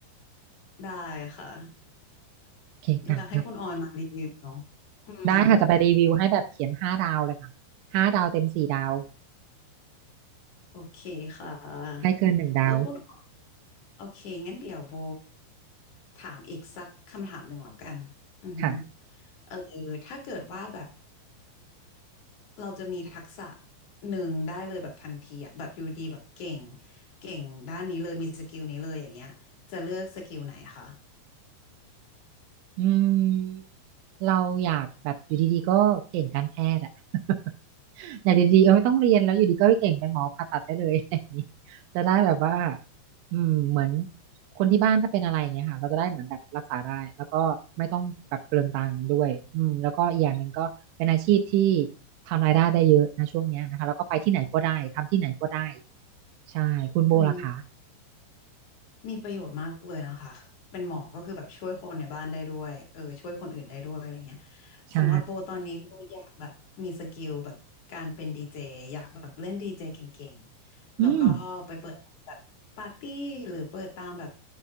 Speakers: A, on the left; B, on the right.
A: ได้ค่ะ
B: โอเคค่ะแล้
A: แล้วให้คุณออยมารีวิวเนาะอืม
B: ได้ค่ะจะไปรีวิวให้แบบเขียนห้าดาวเลยค่ะห้าดาวเต็มสี่ดาว
A: โอเคค่ะแล้วคุณ
B: ให้เกินหนึ่งดาว
A: โอเคงั้นเดี๋ยวโบถามอีกสักคำถามหนึ่งแล้วกันอือฮึ
B: ค่ะ
A: เออถ้าเกิดว่าแบบ เราจะมีทักษะหนึ่งได้เลยแบบทันทีอะแบบอยู่ดีแบบเก่ง เก่งด้านนี้เลยมีสกิลนี้เลยอย่างเงี้ยจะเลือกสกิลไหนคะ
B: อืมเราอยากแบบอยู่ดีๆก็เก่งการแพทย์อะ <laughs> ไานดีๆเออไม่ต้องเรียนแล้วอยู่ดีก็เก่งเป็นหมอผ่าตัดได้เลย <laughs> อะไรอย่างนี้จะได้แบบว่าอืมเหมือนคนที่บ้านถ้าเป็นอะไรอย่างเงี้ยค่ะเราจะได้เหมือนแบบรักษาได้แล้วก็ไม่ต้องแบบเปลืองตังค์ด้วยอืมแล้วก็อีกอย่างหนึ่งก็เป็นอาชีพที่ทำรายได้ได้เยอะนะช่วงเนี้ยนะคะแล้วก็ไปที่ไหนก็ได้ทำที่ไหนก็ได้ใช่คุณโบล่ะคะ
A: อืม มีประโยชน์มากเลยนะคะเป็นหมอก็คือแบบช่วยคนในบ้านได้ด้วยเออช่วยคนอื่นได้ด้วยอะไรเงี้ย
B: ใช่
A: สำหรับโบตอนนี้โบอยากแบบมีสกิลแบบการเป็นดีเจอยากแบบเล่นดีเจเก่งๆแล้วก็ไปเปิดแบบปาร์ตี้หรือเปิดตามแบบ
B: อืม